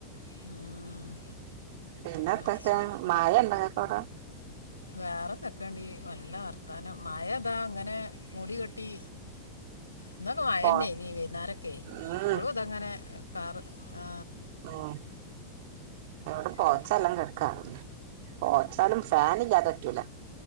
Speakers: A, on the left; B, on the right.
A: ഉം
B: പിന്നെ
A: പഠിച്ചോ.
B: എന്തക്കെ മയ ഇണ്ട ഇങ്ങക്കവിടെ
A: വേറെന്തെക്കണ്ടി നല്ല വർത്താനം മയതാ ഇങ്ങനെ മുടികെട്ടി ഇന്നൊക്കെ മയന്നേ
B: പോ
A: നീ വയ്ന്നേരൊക്കെ
B: ഉം
A: ഇപ്പളും ഇതങ്ങനെ കാറ് ആ
B: ഉം ഇവിടെ പോച്ചെല്ലാം
A: ആ,
B: കെടക്കാ പോച്ചാലും ഫാനില്ലാതെ പറ്റൂല